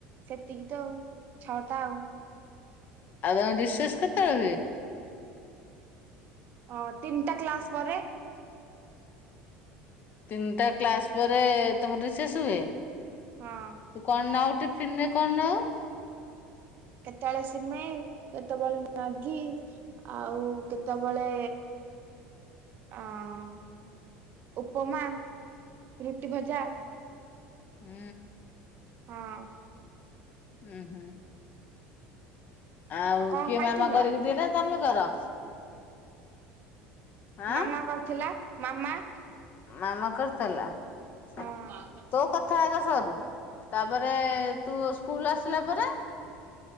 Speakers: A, on the right; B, on the left.
A: ସେତିକି ତ ଆଉ ଛଅଟା ଆଉ।
B: ଆଉ ତମ ରିସେଶ କେତେବେଳେ।
A: ଅ ତିନିଟା କ୍ଲାସ ପରେ।
B: ତିନିଟା କ୍ଲାସ୍ ପରେ ତମର ରିସେସ୍ ହୁଏ।
A: ହଁ।
B: ତୁ କଣନଉ ଟିଫିନ୍ ରେ କଣ ନଉ।
A: କେତେବେଳେ ସିମେଇ କେତେବେଳେ ମ୍ୟାଗି। ଆଉ କେତେବେଳେ ଅଁ। ଉପମା ରୁଟି ଭଜା।
B: ହୁଁ।
A: ହଁ।
B: ହୁଁ ହୁଁ। ଆଉ
A: କଣ
B: କିଏ
A: ଖାଇଥିଲ?
B: ମାମା କରିକି ଦିଏ ନା ତମେ କର? ଆଁ
A: ମାମା କରିଥିଲା ମାମା।
B: ମାମା କରିଥିଲା ତୋ
A: ହଁ।
B: କଥା ଆଗ ସରୁ। ତାପରେ ତୁ ସ୍କୁଲ ଆସିଲା ପରେ